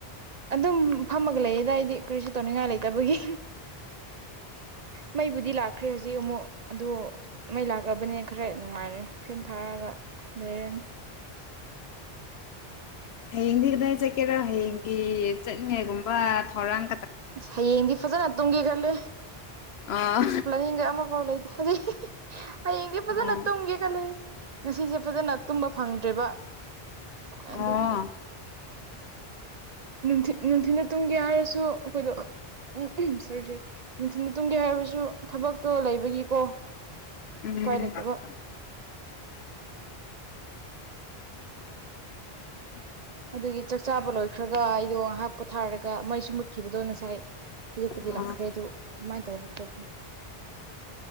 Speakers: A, on the right; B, on the left.
A: ꯑꯗꯨꯝ ꯐꯝꯃꯒ ꯂꯩꯌꯦꯗꯏꯗꯤ ꯀꯔꯤꯁꯨ ꯇꯧꯅꯤꯡꯉꯥꯏ ꯂꯩꯇꯕꯒꯤ ꯃꯕꯨꯙꯗꯤ ꯂꯥꯛꯀꯔꯤ ꯍꯧꯦ ꯍꯧꯖꯤꯛ ꯑꯃꯨꯛ ꯑꯗꯨ ꯃꯩ ꯂꯥꯛꯂꯕꯅꯤꯅ ꯈꯔ ꯅꯨꯡꯉꯥꯏꯔꯦ ꯐꯦꯟ ꯊꯥꯔꯛꯒ ꯂꯩꯔꯅꯤ
B: ꯍꯌꯦꯡꯗꯤ ꯀꯗꯥꯏ ꯆꯠꯀꯦꯔꯣ ꯍꯌꯦꯡꯒꯤ ꯆꯠꯅꯤꯡꯉꯥꯏꯒꯨꯝꯕ ꯊꯧꯔꯥꯡ
A: ꯑꯁ ꯍꯌꯦꯡꯗꯤ ꯐꯖꯅ ꯇꯨꯝꯒꯦ ꯈꯜꯂꯦ
B: ꯑꯥ
A: ꯑꯁ ꯄ꯭ꯂꯅꯤꯡꯒ ꯑꯃꯐꯥꯎ ꯂꯩꯇꯦ ꯑꯗꯨꯩ ꯍꯌꯦꯡꯗꯤ ꯐꯖꯅ
B: ꯑꯣ
A: ꯇꯨꯝꯒꯤ ꯈꯂ ꯉꯁꯤꯁꯦ ꯐꯖꯅ ꯇꯨꯝꯕ ꯐꯪꯗ꯭ꯔꯦꯕ ꯑꯗꯨꯒꯤ
B: ꯑꯣ
A: ꯊꯤ ꯅꯨꯡꯊꯤꯅ ꯇꯨꯡꯒꯦ ꯍꯥꯏꯔꯁꯨ ꯑꯩꯈꯣꯏꯗꯣ ꯎꯝ ꯎꯝ ꯁꯔ ꯁꯔ ꯅꯨꯡꯊꯤꯜ ꯊꯨꯡꯒꯤ ꯍꯥꯏꯔꯕꯁꯨ ꯊꯕꯛꯇꯣ ꯂꯩꯕꯒꯤꯀꯣ
B: ꯎꯝ
A: ꯎꯄꯥꯏ ꯂꯩꯇꯕ
B: <inaudible>
A: ꯑꯗꯨꯒꯤ ꯆꯥꯛ ꯆꯥꯕ ꯂꯣꯏꯈ꯭ꯔꯒ ꯑꯩꯗꯣ ꯉꯥꯏꯍꯥꯛ ꯄꯣꯊꯥꯔꯒ ꯃꯩꯁꯨ ꯃꯨꯠꯈꯤꯕꯗꯣ ꯉꯁꯥꯏ ꯍꯧꯖꯤꯛꯄꯨꯗꯤ
B: ꯑꯣ
A: ꯂꯥꯛꯈ꯭ꯔꯦ ꯑꯗꯨ ꯑꯗꯨꯃꯥꯏꯅ ꯇꯧꯒꯦ ꯇꯧꯕꯅꯤ